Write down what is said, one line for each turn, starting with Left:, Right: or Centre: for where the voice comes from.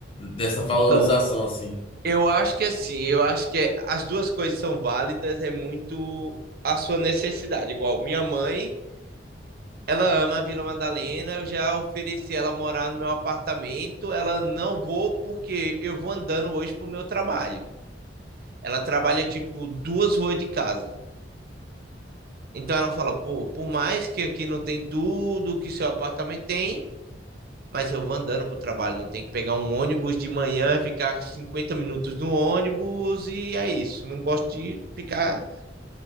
Left: dessa valorização
Right: Então,
Left: assim?
Right: Eu acho que assim, eu acho que é- as duas coisas são válidas, é muito a sua necessidade. Igual minha mãe, ela ama a Vila Madalena, eu já ofereci ela morar no meu apartamento, ela não vou porque eu vou andando hoje pro meu trabalho. Ela trabalha tipo duas ruas de casa. Então ela fala, pô, por mais que aqui não tem tudo que seu apartamento tem, mas eu vou andando pro trabalho, não tem que pegar um ônibus de manhã, ficar 50 minutos no ônibus e é isso. Não gosto de ficar